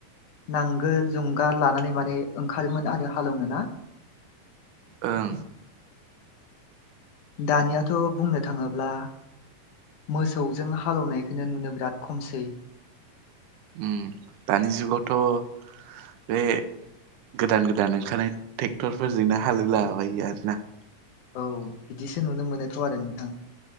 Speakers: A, on the left (about 75°); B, on the right (about 75°).
A: नांगोल जुंगाल लानानै माने ओंखारोमोन आरो हालौनो ना?
B: ओं
A: दानियाथ' बुंनो थाङोब्ला मोसौजों हालौनायखौनो नुनो बिराद खमसै।
B: ओम, दानि जुगावथ' बे गोदान गोदान ओंखारनाय ट्रेक्टरफोरजोंनो हालोवलाबायो आरोना।
A: औ बिदिसो नुनो मोनोथ' आरो नोंथां।